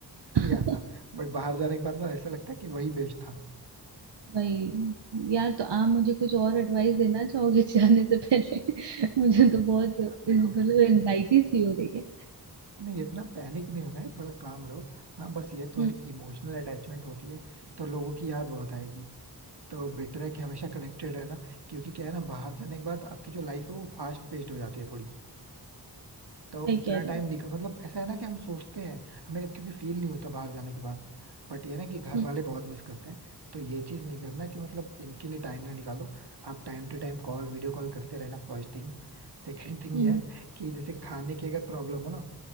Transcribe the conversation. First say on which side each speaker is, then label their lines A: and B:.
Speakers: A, on the right; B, on the right.
A: <laughs> नहीं आता
B: <laughs>
A: बट बाहर जाने के बाद ना ऐसा लगता है कि वही बेस्ट था
B: भाई यार तो आप मुझे कुछ और एडवाइस देना चाहोगे <laughs> जाने से पहले <laughs> मुझे तो बहुत मतलब
A: यार देखो
B: एनजाइटी सी हो रही है
A: नहीं इतना पैनिक नहीं होना है थोड़ा काम रहो हाँ बस ये थोड़ी
B: हम्म,
A: इमोशनल अटैचमेंट होती है तो लोगों की याद बहुत आएगी तो बेटर है कि हमेशा कनेक्टेड रहना क्योंकि क्या है ना बाहर जाने के बाद आपकी जो लाइफ है वो फास्ट पेस्ड हो जाती है थोड़ी तो
B: सही
A: इतना
B: कह रहे
A: टाइम
B: हो
A: निकल मतलब ऐसा है ना कि हम सोचते हैं हमें क्योंकि फील नहीं होता बाहर जाने के बाद बट ये है ना कि घर
B: हम्म,
A: वाले बहुत मिस करते हैं तो ये चीज नहीं करना कि मतलब इनके लिए टाइम ना निकालो आप time to time call video call करते रहना फर्स्ट थिंग सेकेंड थिंग
B: हम्म,
A: ये है कि जैसे खाने की अगर प्रॉब्लम हो ना